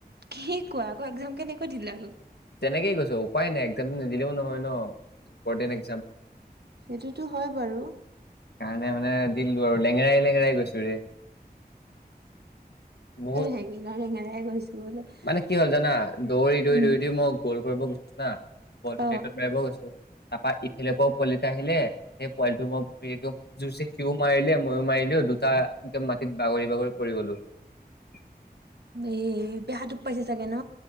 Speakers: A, on the right; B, on the left.
A: কি কোৱা আকৌ একজাম কেনেকৈ দিলে আকৌ
B: তেনেকেই কৈছ উপায় নাই একজাম নিদিলেও নহয় ন ইম্পৰ্টেণ্ট এক্সাম
A: সেইটোতো হয় বাৰু
B: মে মানে দিললো আৰু লেঙেৰাই -লেঙেৰাই গৈছো ৰে। <unintelligible> বহুত
A: ৰেঙেনা -ৰেঙেৰা গৈছো বোলে উম',
B: মানে কি হ'ল জানা দৌৰি দৌৰি দৌৰি মই গ'ল কৰিব না বল টো
A: অ
B: নেটত মাৰিব গৈছো <unintelligible> তাৰপা ইফালৰ পৰাও পোৱালিটা আহিলে সেই পোৱালিটো মই ভৰি একদম খুব জোৰছে সিও মাৰিলে মইো মাৰিলোও দুটা একদম মাটিত বাগৰি বাগৰি পৰি গলো। <unintelligible>
A: এ', বেয়া দুখ পাইছে চাগে ন?